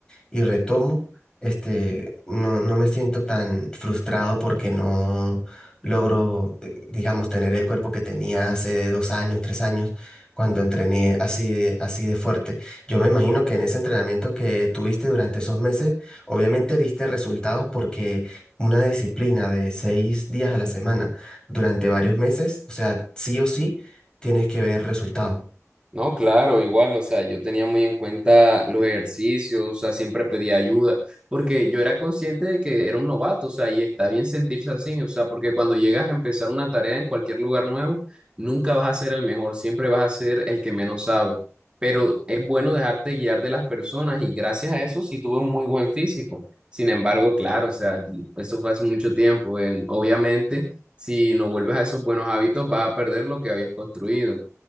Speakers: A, on the left; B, on the right.
A: y retomo, este, no, no me siento tan frustrado porque no logro, eh, digamos, tener el cuerpo que tenía hace dos años, tres años, cuando entrené así de, así de fuerte. Yo me imagino que en ese entrenamiento que tuviste durante esos meses, obviamente viste resultados porque una disciplina de seis días a la semana durante varios meses, o sea, sí o sí, tienes que ver resultado.
B: No, claro, igual, o sea, yo tenía muy en cuenta los ejercicios, o sea, siempre pedía ayuda, porque yo era consciente de que era un novato, o sea, y está bien sentirse así, o sea, porque cuando llegas a empezar una tarea en cualquier lugar nuevo, nunca vas a ser el mejor, siempre vas a ser el que menos sabe, pero es bueno dejarte guiar de las personas y gracias a eso sí tuve un muy buen físico. Sin embargo, claro, o sea, eso fue hace mucho tiempo, eh, obviamente, si no vuelves a esos buenos hábitos, vas a perder lo que habías construido.